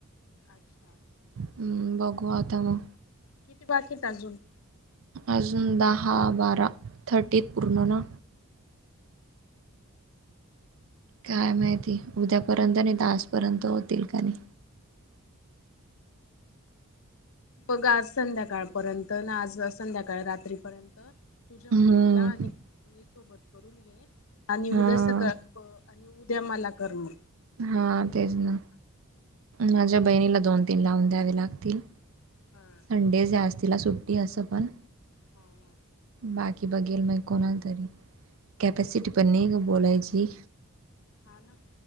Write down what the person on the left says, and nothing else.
अच्छा
किती बाकी येत अजून
बघा आज संध्याकाळपर्यंत ना आज संध्याकाळ रात्रीपर्यंत तुझ्या मम्मीला
आणि आणि सोबत करून घे आणि
उद्या सकाळ आणि उद्या मला कर म
हा हा
हो हो.
हा ना